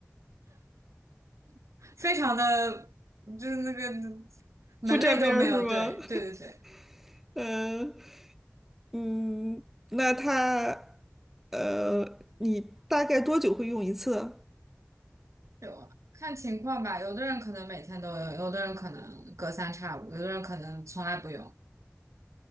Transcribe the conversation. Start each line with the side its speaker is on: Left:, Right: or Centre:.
Right: <laughs> 非常的，就是那个门类都没有。
Centre: 不沾边儿是吗？
Right: 对，对对对，
Centre: <laughs> 嗯嗯，那它，呃，你大概多久会用一次？
Right: 有啊，看情况吧。有的人可能每天都用，有的人可能隔三差五，有的人可能从来不用。